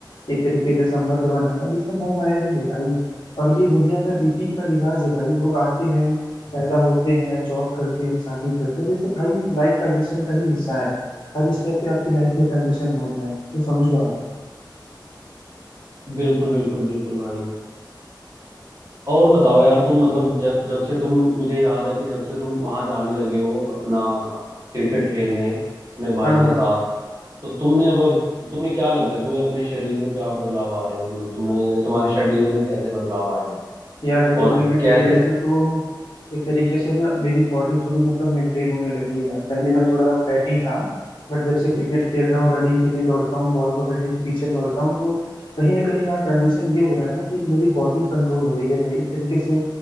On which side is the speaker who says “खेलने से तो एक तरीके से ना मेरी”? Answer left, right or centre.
Left